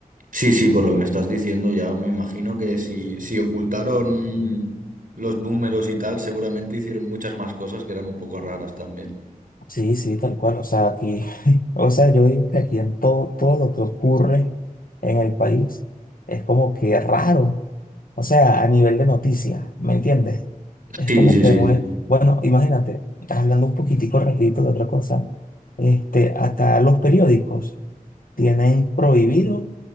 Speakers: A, on the right (about 65°); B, on the left (about 75°).
A: Sí, sí, por lo que me estás diciendo, ya me imagino que si, si ocultaron los números y tal, seguramente hicieron muchas más cosas que eran un poco raras también.
B: Sí, sí, tal cual. O sea, aquí, <laughs> o sea, yo digo que aquí en todo, todo lo que ocurre en el país es como que raro. O sea, a nivel de noticias, ¿me entiendes? Es
A: Sí,
B: como
A: sí,
B: que
A: sí.
B: no es- Bueno, imagínate, hablando un poquitico rapidito de otra cosa, este, acá los periódicos tienen prohibido